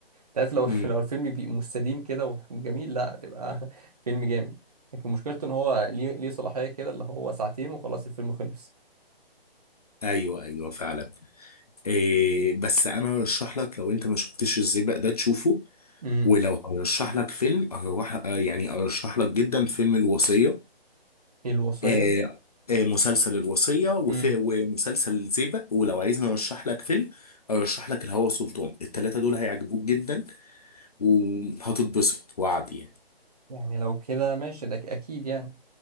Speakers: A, on the right; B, on the left.
A: تعرف لو
B: امم
A: <laughs> لو الفيلم بي مستديم كده وجميل لا تبقى <laughs> فيلم جامد لكن مشكلته ان هو ليه ليه صلاحية كده اللي هو ساعتين وخلاص الفيلم خلص
B: ايوه ايوه فعلا إيه بس انا ارشح لك لو انت ما شفتش الزيبق ده تشوفه
A: امم
B: ولو هرشح لك فيلم أروح آه، يعني ارشح لك جدا فيلم الوصية
A: الوصية
B: آه، آه، مسلسل الوصية وفي
A: امم
B: ومسلسل الزيبق ولو عايزني ارشح لك فيلم ارشح لك الهوى سلطان التلاتة دول هيعجبوك جدا وهتتبسط وعدي يعني
A: يعني لو كده ماشي ده اكيد يعني